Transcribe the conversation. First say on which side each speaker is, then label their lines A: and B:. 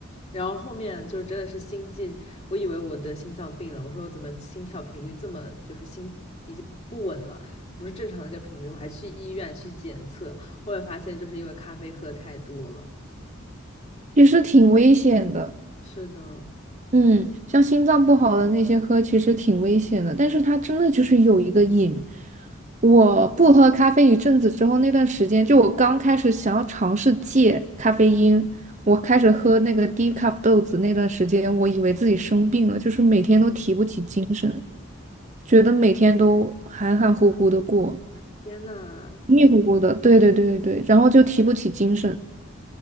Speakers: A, on the left; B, on the right.
A: 然后后面就真的是心悸，我以为我得心脏病了，我说我怎么心跳频率这么就是心已经不稳了，不是正常的一个频率，我还去医院去检测，后面发现就是因为咖啡喝太多了。
B: 其实挺危险的。
A: 是的，
B: 嗯，像心脏不好的那些喝其实挺危险的，但是它真的就是有一个瘾。我不喝咖啡一阵子之后，那段时间就我刚开始想要尝试戒咖啡因，我开始喝那个低 e 豆子那段时间，我以为自己生病了，就是每天都提不起精神，觉得每天都含含糊糊的过，
A: 天呐，
B: 迷迷糊糊的，对对对对对，然后就提不起精神。